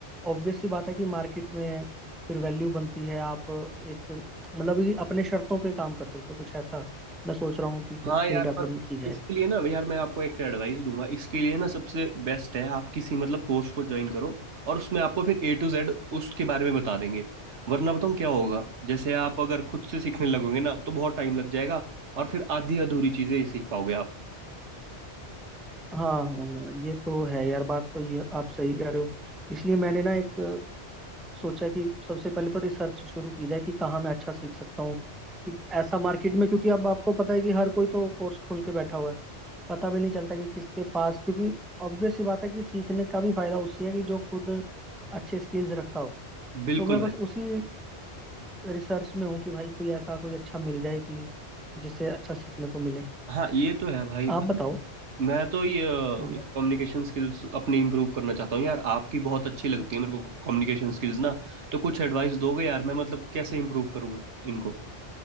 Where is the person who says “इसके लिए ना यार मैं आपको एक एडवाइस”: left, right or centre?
Right